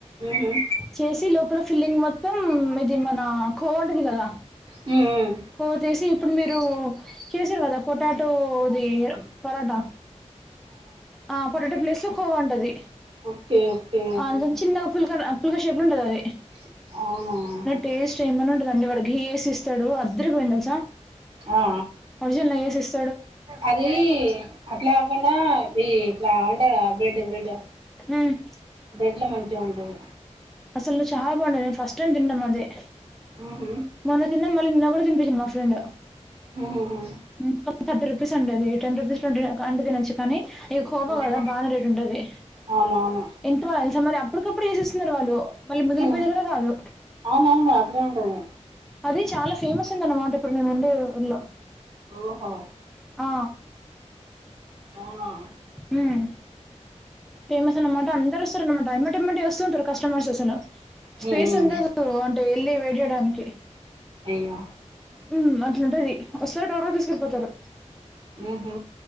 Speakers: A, on the right; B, in the centre.
A: హ్మ్
B: చేసి లోపల స్ ఇది మొత్తం ఇది మనా కోవ ఉంటది గదా
A: హ్మ్ హ్మ్
B: కోవ జేసి ఇప్పుడు మీరు చేసర్రు కదా పొటాటోది పరాటా ఆ పొటాటో ప్లేస్ లో కోవ ఉంటది
A: ఓకే ఓకే
B: అంచం చిన్నగ ఫుల్క లా ఫుల్క షేప్ లో ఉంటదది
A: అవునా
B: టేస్ట్ ఏమన్న ఉంటదా అండి వాడు గీ యేసి ఇస్తడు అద్దరి పోయింది తెలుసా
A: అ ఆ
B: ఒరిజనల్ నెయ్యి ఏసిస్
A: అదీ అట్ల గాకుండా దీ ఇట్లా ఉంటది గదా బ్రెడ్ బ్రెడ్
B: హ్మ్
A: బ్రెడ్ల మంచిగుంటది
B: అసలు చాలా బాగుంటదది మేం ఫస్ట్ టైమ్ తినడం అదే
A: ఉ హ్
B: మొన్న తిన్న మళ్ళీ నిన్న గూడా తినిపించింది మా ఫ్రెండ్
A: ఉ హు హు
B: ముక్క థర్టీ రూపీస్ అంటది టెన్ రూపీస్ అంటే తినొచ్చు కనీ ఇగ కోబ
A: ఉమ్
B: గదా బానే రేట్ ఉంటది
A: అవునవును
B: ఎంత బాగ తెల్సా మరి అప్పకప్పుడు ఏషిస్తున్నరు వాళ్ళు మళ్ళీ మిగిలిపోయేది
A: ఉ
B: గూడా కాదు
A: అవునవును మరట్లే ఉంటది
B: అది చాలా ఫేమస్ ఉందన్నమాట ఇప్పుడు మేం ఉండే ఊర్లో
A: ఓహో
B: ఆ
A: అవునా
B: ఉమ్ ఫేమస్ అన్నమాట అందరోస్తరన్నమాట, ఏమ్మటేమ్మటే వస్తుంటరు కస్టమర్స్ అసలు
A: ఉమ్
B: స్పేస్
A: ఉమ్
B: ఉండదు అంటే ఎళ్ళి వేయిట్ జేయడానికి
A: అయ్యో
B: ఉమ్ అట్లుంటది వస్తరు టక టక తీసుకెల్లి పోతరు
A: ఉమ్ హ్